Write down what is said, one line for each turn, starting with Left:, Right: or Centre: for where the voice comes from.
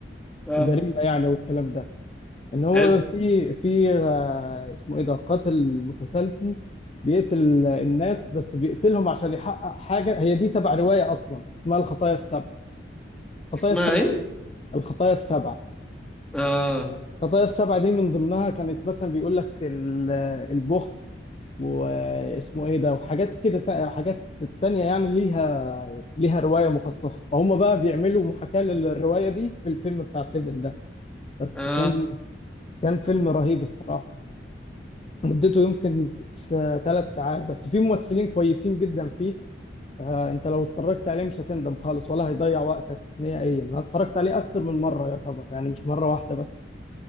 Centre: اه
Left: جريمة يعني والكلام ده ان هو
Centre: حلو
Left: في في آه، اسمه ايه ده قاتل متسلسل بيقتل الناس بس بيقتلهم عشان يحقق حاجة هي دي تبع رواية اصلا اسمها الخطايا السبع الخطايا
Centre: اسمها
Left: السبع
Centre: ايه؟
Left: الخطايا السبع
Centre: اه
Left: الخطايا السبع دي من ضمنها كانت مثلا بيقول لك ال- البخل واسمه ايه ده وحاجات كده تا- حاجات تانية يعني ليها ليها رواية مخصصة فهم بقى بيعملوا محاكاة للرواية دي في الفيلم بتاع سيفن ده بس
Centre: اه
Left: كان كان فيلم رهيب الصراحة مدته يمكن ثلاث ساعات بس في ممثلين كويسين جدا فيه آه، انت لو اتفرجت عليه مش هتندم خالص ولا هيضيع وقتك نهائيا انا اتفرجت عليه اكتر من مره يعتبر يعني مش مره واحده بس